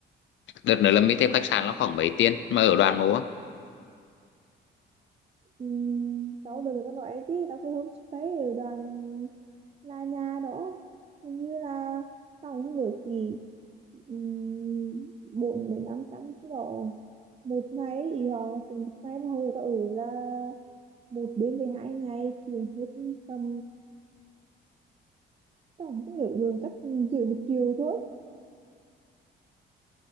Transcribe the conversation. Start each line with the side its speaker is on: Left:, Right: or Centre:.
Left: đợt nữa là mình thêm khách sạn nó khoảng mấy tiền mà ở đoàn mô á
Right: Ừ, tao được các loại chứ tao phải homestay ở đoàn là nhà đó hình như là tao không nhớ gì um, 4 đến 500 cái đó một ngày thì họ từ một ngày mà hồi tao ở là một đến 12 ngày thì hết tầm tao không nhớ được chắc dưới một triệu thôi